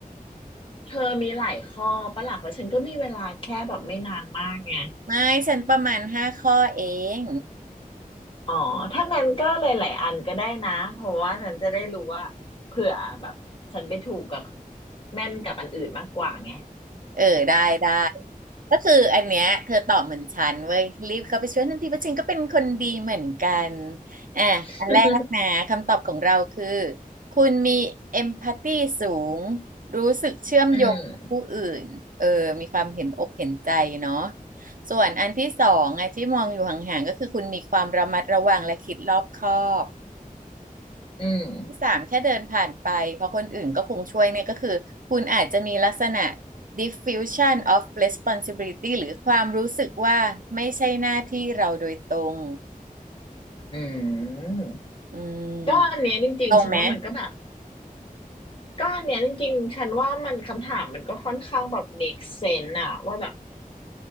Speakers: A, on the left; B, on the right.
A: เธอมีหลายข้อปะล่ะเพราะฉันก็มีเวลาแค่แบบไม่นานมากไง
B: ไม่ฉันประมาณห้าข้อเอง
A: อ๋อถ้างั้นก็หลายๆอันก็ได้นะเพราะว่าฉันจะได้รู้ว่าเผื่อแบบฉันไปถูกกับแม่นกับอันอื่นมากกว่าไง
B: เออได้ได้ก็คืออันเนี้ยเธอตอบเหมือนฉันเว้ยรีบเข้าไปช่วยทันทีเพราะฉันก็เป็นคนดีเหมือนกันอ่ะอันแรกนะคำตอบของเราคือ
A: <laughs>
B: คุณมีเอมพัตตีสูงรู้สึกเชื่อมโยงกับผู้อื่นเออมีความเห็นอกเห็นใจเนาะ
A: อืม
B: ส่วนอันที่สองอ่ะที่มองอยู่ห่างๆก็คือคุณมีความระมัดระวังและคิดรอบคอบ
A: อืม
B: ที่สามแค่เดินผ่านไปเพราะคนอื่นก็คงช่วยเนี่ยก็คือคุณอาจจะมีลักษณะ diffusion of responsibility หรือความรู้สึกว่าไม่ใช่หน้าที่เราโดยตรง
A: อืม
B: อืมตรงไหม
A: ก็อันเนี้ยจริงๆฉันว่ามันก็แบบก็อันเนี้ยจริงๆฉันว่ามันคำถามมันก็ค่อนข้างแบบ make sense อะว่าแบบ